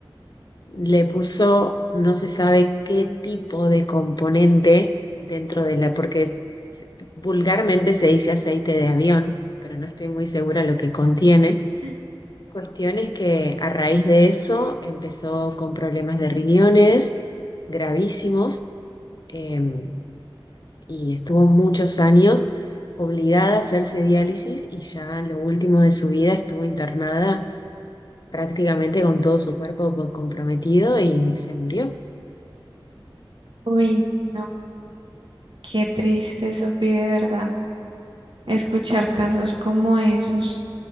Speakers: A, on the left (about 50°); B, on the right (about 65°).
A: Le puso no se sabe qué tipo de componente dentro de la, porque se- vulgarmente se dice aceite de avión, pero no estoy muy segura lo que contiene.
B: <laughs>
A: cuestiones que a raíz de eso empezó con problemas de riñones gravísimos. em, y estuvo muchos años obligada a hacerse diálisis y ya en lo último de su vida estuvo internada prácticamente con todo su cuerpo co- comprometido y se murió.
B: Uy, no. Qué triste, Sofi, de verdad, escuchar casos como esos.